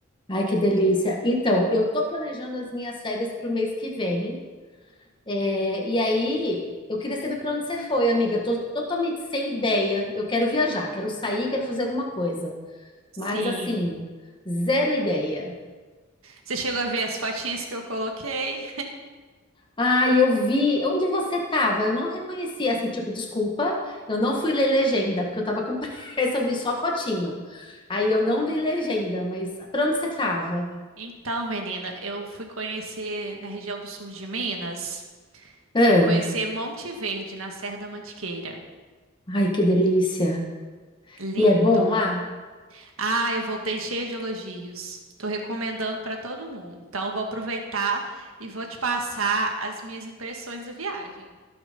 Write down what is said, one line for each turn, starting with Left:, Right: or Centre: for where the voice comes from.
Left: Ai, que delícia. Então, eu tô planejando as minhas férias para o mês que vem. É, e aí, eu queria saber para onde você foi, amiga. Tô totalmente sem ideia. Eu quero viajar, quero sair, quero fazer alguma coisa.
Right: Sim.
Left: Mas, assim, zero ideia.
Right: Você chegou a ver as fotinhas que eu coloquei?
Left: Ah, eu vi. Onde você estava? Eu não reconheci, assim, tipo, desculpa, eu não fui ler legenda, porque eu estava com <laughs> pressa, eu vi só a fotinho. Aí eu não li legenda, mas para onde você estava?
Right: Então, menina, eu fui conhecer na região do sul de Minas. Fui
Left: Ah,
Right: conhecer Monte Verde, na Serra da Mantiqueira.
Left: Ai, que delícia.
Right: Lindo.
Left: E é bom lá?
Right: Ah, eu voltei cheia de elogios. Tô recomendando pra todo mundo. Então, eu vou aproveitar e vou te passar as minhas impressões da viagem.